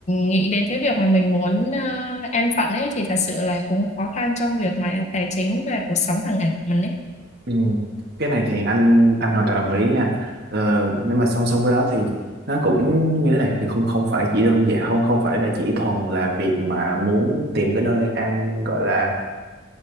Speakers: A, on the left; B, on the right.
A: nghĩ đến cái việc mà mình muốn ờ, an phận ấy thì thật sự là cũng khó khăn trong việc mà tài chính và cuộc sống hàng ngày của mình ấy.
B: ừ. cái này thì anh anh hoàn toàn đồng ý nha ờ, nhưng mà song song với đó thì nó cũng như thế này thì không không phải chỉ đơn giản không không phải là chỉ thuần là việc mà muốn tìm cái nơi ăn gọi là